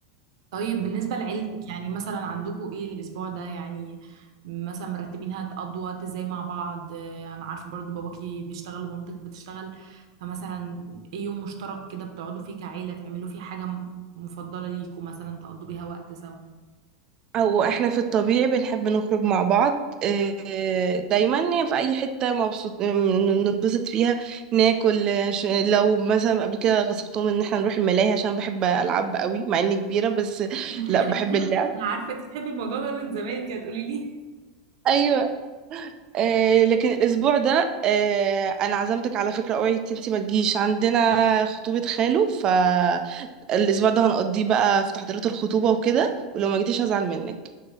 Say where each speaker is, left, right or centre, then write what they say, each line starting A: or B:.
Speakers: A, on the right; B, on the right.
A: طيب بالنسبة لعيلتك يعني مثلا عندكم ايه الأسبوع ده يعني مثلا مرتبين هتقضوا وقت ازاي مع بعض آه، أنا عارفة برضو باباكي بيشتغل ومامتك بتشتغل فمثلا ايه يوم مشترك كده بتقعدوا فيه كعيلة تعملوا فيه حاجة م- مفضلة ليكم مثلا تقضوا بيها وقت سوا
B: او احنا في الطبيعي بنحب نخرج مع بعض آه، دايما يعني في اي حته مبسوط ن- ننبسط فيها ناكل آه، ش- لو مثلا قبل كده غصبتهم ان احنا نروح الملاهي عشان بحب العب قوي مع اني كبيره بس
A: <laughs>
B: لا بحب اللعب
A: انا عارفه انت بتحبي الموضوع ده من زمان انت هتقولي لي
B: ايوه آه، لكن الاسبوع ده آه، انا عزمتك على فكره اوعي انتي ما تجيش عندنا خطوبه خاله فالاسبوع ده هنقضيه بقى في تحضيرات الخطوبه وكده ولو ما جيتيش هزعل منك